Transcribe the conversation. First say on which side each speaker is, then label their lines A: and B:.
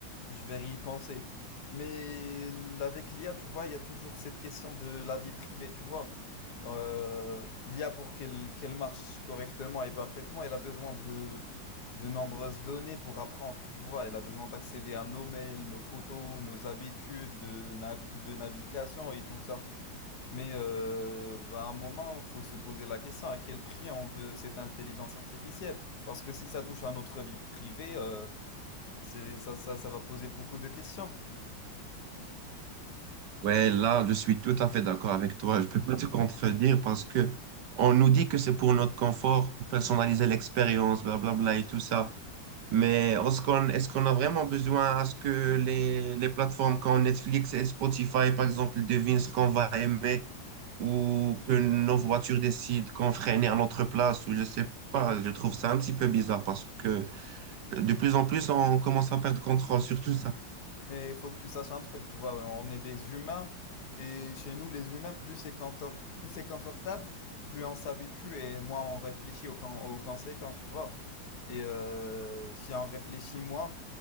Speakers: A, on the left; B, on the right.
A: je vais y penser. Mais l- avec l'IA, tu vois, il y a toujours cette question de la vie privée, tu vois. Euh, l'IA, pour qu'elle qu'elle marche correctement et parfaitement, elle a besoin de, de nombreuses données pour apprendre, tu vois. Elle a besoin d'accéder à nos mails, nos photos, nos habitudes de, navi- de navigation et tout ça. Mais euh, à un moment, faut se poser la question à quel prix on veut cette intelligence artificielle. Parce que si ça touche à notre vie privée, euh, c'est, ça, ça, ça va poser beaucoup de questions.
B: Ouais, là, je suis tout à fait d'accord avec toi. Je peux pas te contredire parce que on nous dit que c'est pour notre confort, pour personnaliser l'expérience, blablabla et tout ça. Mais est-ce qu'on, est-ce qu'on a vraiment besoin à ce que les, les plateformes comme Netflix et Spotify, par exemple, devinent ce qu'on va aimer ou que nos voitures décident qu'on freine à notre place ou je sais pas.
A: Mm.
B: Je trouve ça un petit peu bizarre parce que de plus en plus, on commence à perdre contrôle sur tout ça.
A: Mais il faut que tu saches un truc, tu vois, on est des humains et chez nous, les humains, plus c'est contor- plus c'est confortable, plus on s'habitue et moins on réfléchit aux, con- aux conséquences, tu vois. Et euh, si on réfléchit moins,